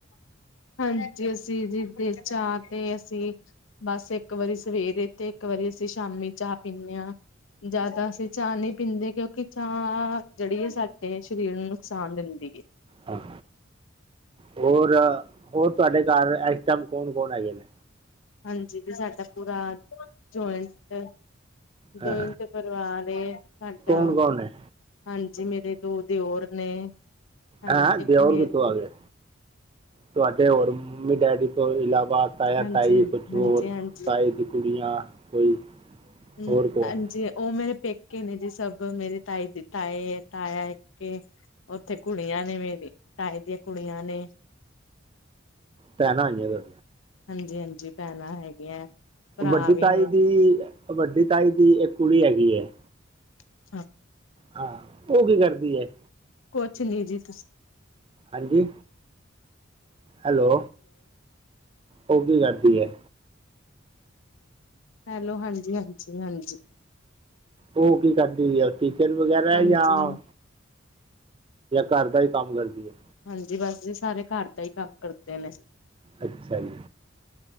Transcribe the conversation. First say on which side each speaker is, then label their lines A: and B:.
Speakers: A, on the left; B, on the right.
A: ਹਾਂਜੀ ਅਸੀਂ ਜੀਚਾਹ ਤੇ ਅਸੀਂ। ਬਸ ਇੱਕ ਵਾਰੀ ਸਵੇਰੇ ਤੇ ਇੱਕ ਵਾਰੀ ਅਸੀਂ ਸ਼ਾਮੀ ਚਾਹ ਪੀਂਦੇ ਹਾਂ। ਜ਼ਿਆਦਾ ਅਸੀਂ ਚਾਹ ਨਹੀਂ ਪੀਂਦੇ ਕਿਉਂਕਿ ਚਾਹ ਜਿਹੜੀ ਹੈ ਸਾਡੇ ਸਰੀਰ ਨੂੰ ਨੁਕਸਾਨ ਦਿੰਦੀ ਹੈ।
B: ਹਾਂ ਹੋਰ ਹੋਰ ਤੁਹਾਡੇ ਘਰ ਇਸ ਟਾਈਮ ਕੌਣ ਕੌਣ ਹੈਗੇ ਨੇ।
A: ਹਾਂਜੀ ਤੇ ਸਾਡਾ ਪੂਰਾ ਜਇੰਟ।
B: ਹਾਂ
A: ਜੋਇਟ ਪਰਿਵਾਰ ਏ ਸਾਡਾ।
B: ਕੌਣ ਕੌਣ ਹੈ
A: ਹਾਂਜੀ ਮੇਰੇ ਦੋ ਦਿਓਰ ਨੇ। ਹਾਂ
B: ਹੈਂ
A: ਇੱਕ
B: ਦਿਓਰ
A: ਮੇ
B: ਕਿਥੋਂ ਆ ਗਏ ਤੁਹਾਡੇ ਹੋਰ ਮੰਮੀ ਡੈਡੀ ਤੋਂ ਇਲਾਵਾ ਤਾਇਆ
A: ਹਾਂਜੀ
B: ਤਾਈ ਕੁਛ ਹੋਰ
A: ਹਾਂਜੀ ਹਾਂਜੀ
B: ਤਾਏ ਦੀ ਕੁੜੀਆਂ ਕੋਈ
A: ਹਮ
B: ਹੋਰ ਕੌਣ
A: ਹਾਂਜੀ
B: ਹੈ
A: ਉਹ ਮੇਰੇ ਪੇਕੇ ਇੱਕ ਨੇ ਜੀ ਸਭ ਮੇਰੀ ਤਾਈ ਤਾਏ ਤਾਇਆ ਇੱਕ ਉੱਥੇ ਕੁੜੀਆਂ ਨੇ ਮੇਰੀ ਤਾਏ ਦੀਆਂ ਕੁੜੀਆਂ ਨੇ
B: ਭੈਣਾ ਹੋਈ ਆ
A: ਹਾਂਜੀ ਹਾਂਜੀ ਭੈਣਾਂ ਹੈਗੀਆਂ ਭਰਾ
B: ਵੱਡੀ
A: ਵੀ
B: ਤਾਈ
A: ਨੇ
B: ਦੀ ਵੱਡੀ ਤਾਈ ਦੀ ਏਕ ਕੁੜੀ ਹੈਗੀ ਹੈ
A: <unintelligible>
B: ਹਾਂ ਉਹ ਕੀ ਕਰਦੀ ਹੈ
A: ਕੁਛ ਨੀ ਜੀ ਤੁਸੀ।
B: ਹਾਂਜੀ ਹੈਲੋ ਉਹ ਕੀ ਕਰਦੀ ਏ।
A: ਹੈਲੋ ਹਾਂਜੀ ਹਾਂਜੀ ਹਾਂਜੀ।
B: ਉਹ ਕੀ ਕਰਦੀ <unintelligible> ਹੈ
A: ਹਾਂਜੀ।
B: ਜਾਂ ਘਰ ਦਾ ਹੀ ਕੰਮ ਕਰਦੀ ਏ।
A: ਹਾਂਜੀ ਬਸ ਜੀ ਸਾਰੇ ਘਰ ਦਾ ਹੀ ਕੰਮ ਕਰਦੇ ਨੇ।
B: ਅੱਛਾ ਜੀ।